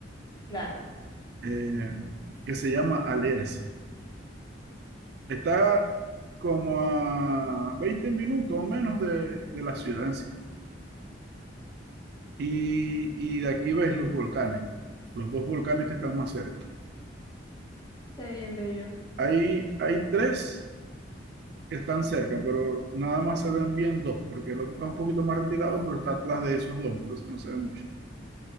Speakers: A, on the left; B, on the right.
A: Claro.
B: eh, que se llama Alerce. Está como a 20 minutos o menos de, de la ciudad en sí. Y, y de aquí ves los volcanes, los dos volcanes que están más cerca.
A: Está bien bello.
B: Hay, hay tres que están cerca, pero nada más se ven bien dos, porque el otro está un poquito más retirado, pero está atrás de esos dos, entonces no se ve mucho.